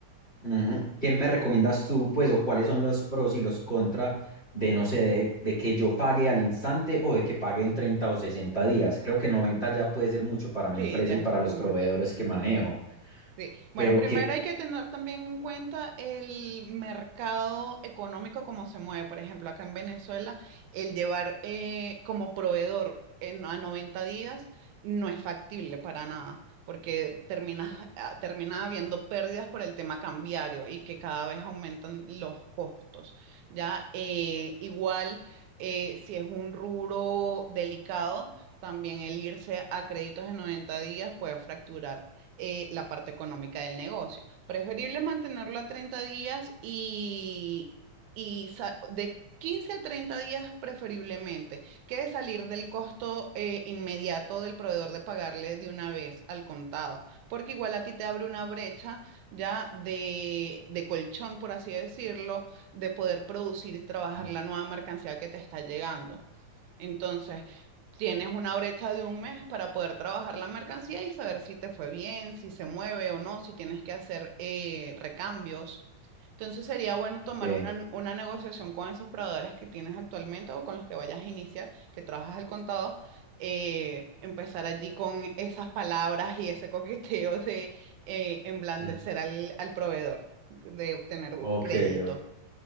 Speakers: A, on the left; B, on the right.
A: Ujú. ¿Qué me recomiendas tú, pues, o cuáles son los pros y los contra de, no sé, de, de que yo pague al instante o de que pague en 30 o 60 días? Creo que 90 ya puede ser mucho para mi
B: Sí,
A: empresa
B: ya
A: y para
B: es mucho.
A: los proveedores
B: <laughs>
A: que manejo,
B: Sí.
A: pero
B: Bueno, primero
A: que...
B: hay que tener también en cuenta el mercado económico, cómo se mueve. Por ejemplo, acá en Venezuela, el llevar eh, como proveedor en, a 90 días no es factible para nada, porque terminas, ah, termina habiendo pérdidas por el tema cambiario y que cada vez aumentan los costos. Ya, Eh, igual, eh, si es un rubro delicado, también el irse a créditos de 90 días puede fracturar eh, la parte económica del negocio. Preferible mantenerlo a 30 días y, y sa- de 15 a 30 días preferiblemente, que salir del costo eh, inmediato del proveedor de pagarle de una vez al contado, porque igual a ti te abre una brecha ya de, de colchón, por así decirlo, de poder producir y trabajar
A: mm,
B: la nueva mercancía que te está llegando. Entonces, tienes una brecha de un mes para poder trabajar la mercancía y saber si te fue bien, si se mueve o no, si tienes que hacer eh, recambios. Entonces, sería bueno tomar
A: que-
B: una, una negociación con esos proveedores que tienes actualmente o con los que vayas a iniciar, que trabajas al contado. eh, empezar allí con esas palabras y ese coqueteo de eh, emblandecer
A: mm,
B: al, al proveedor, de obtener
A: Ok,
B: crédito.
A: o-